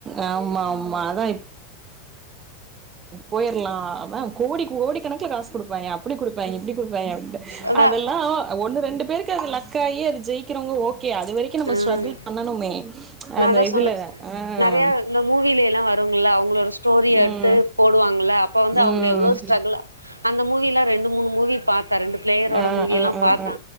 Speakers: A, on the right; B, on the right.
A: ஆமா ஆமா அதா போயிர்லாம் அதா கோடி கோடி கணக்கல காசு குடுப்பாய்ங்க அப்டி குடு ப்பாய்ங்க எப்டி குடுப்பாய்ங்க அப்டின்டு
B: அதா
A: அதல்லாம் ஒண்ணு ரெண்டு பேருக்கு அது லக் துககே ஜெயிக்கிறவங்க ஓக் ஓகே அது வரைக்கும் நம்ம
B: ம்
A: ஸ்ட்ரகுள் பண்ணணுமே
B: நா
A: அந்த
B: அதா
A: இதுல
B: சொன்னே
A: ஆ
B: நெறைய இந்த மூவில எல்லா வருங்கள அவங்கள ஒரு ஸ்டோரிய எடுத்து
A: ம்
B: போடுவாங்க இப்ப வந்து அவ்ங்க
A: ம்
B: எவ்ளோ ஸ்ட்ரகுளா அந்த மூவ எல்லாம் ரெண்டு மூணு மூவி பார்த்தன் ரெண்டு பிளேயரோட
A: ஆ
B: மூவி
A: ஆ
B: எல்லாம்
A: ஆ ஆ
B: பார்த்தா